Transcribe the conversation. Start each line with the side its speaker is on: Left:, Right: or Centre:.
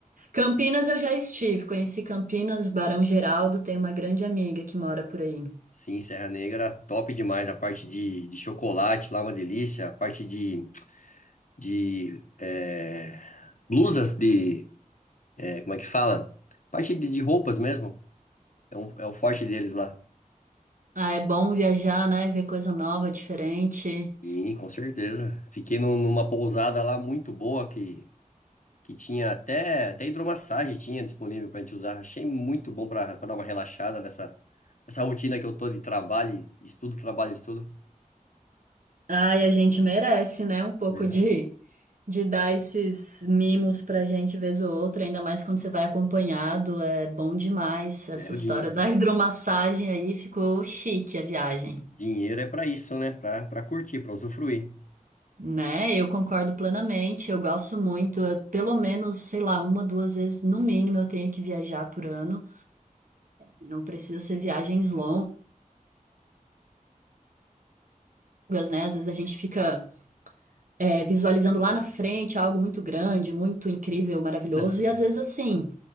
Right: Campinas eu já estive. Conheci Campinas, Barão Geraldo. Tem uma grande amiga que mora por aí.
Left: Sim, Serra Negra, top demais. A parte de, de chocolate lá, uma delícia. A parte de, de é, blusas de. é, como é que fala? Parte de, de roupas mesmo. É um, é o forte deles lá.
Right: Ah, é bom viajar, né? Ver coisa nova, diferente.
Left: Sim, com certeza. Fiquei num- numa pousada lá muito boa que, que tinha até, até hidromassagem tinha disponível para a gente usar. Achei muito bom para dar uma relaxada nessa, nessa rotina que eu tô de trabalho, estudo, trabalho, estudo.
Right: Ai, a gente merece, né? Um pouco
Left: né
Right: de de dar esses mimos pra gente vez ou outra, ainda mais quando você vai acompanhado, é bom demais. Essa
Left: É,
Right: história
Left: o dinheiro.
Right: da <laughs> hidromassagem aí ficou chique a viagem,
Left: Dinheiro é para isso, né? Para para curtir, para usufruir.
Right: né? Eu concordo plenamente, eu gosto muito, eu- pelo menos, sei lá, uma, duas vezes no mínimo eu tenho que viajar por ano. Não precisa ser viagens longas, né? Às vezes a gente fica é, visualizando lá na frente algo muito grande, muito incrível, maravilhoso,
Left: Não.
Right: e às vezes assim.